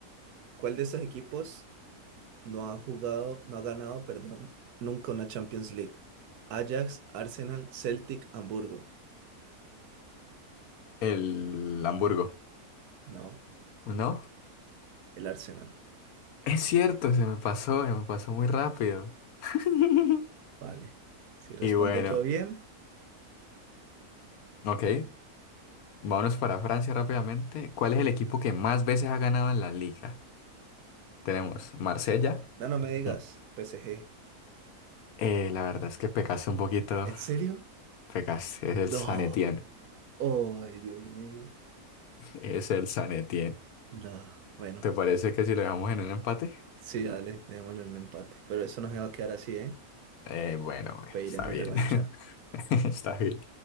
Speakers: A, on the right; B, on the left.
A: ¿Cuál de estos equipos no ha jugado, no ha ganado, perdón, nunca una Champions League? Ajax, Arsenal, Celtic, Hamburgo.
B: El Hamburgo.
A: No,
B: ¿No?
A: el Arsenal.
B: Es cierto, se me pasó, se me pasó muy rápido. <laughs>
A: Vale. Si respondo
B: Y bueno.
A: yo bien,
B: Ok,
A: eh,
B: vámonos para Francia rápidamente. ¿Cuál es el equipo que más veces ha ganado en la liga? Tenemos Marsella.
A: no, no me digas,
B: Mm.
A: PSG.
B: Eh, la verdad es que pecaste un poquito.
A: ¿En serio?
B: Pecaste, es el
A: No.
B: San Etienne.
A: Ay, Dios mío.
B: Es el San Etienne.
A: Da, bueno,
B: ¿Te parece que si lo dejamos en un empate?
A: sí, dale, démosle un empate. Pero eso no se va a quedar así, ¿eh?
B: Eh, bueno, bueno,
A: Pediré
B: está
A: mi
B: bien.
A: revancha. <laughs>
B: <laughs> Está bien.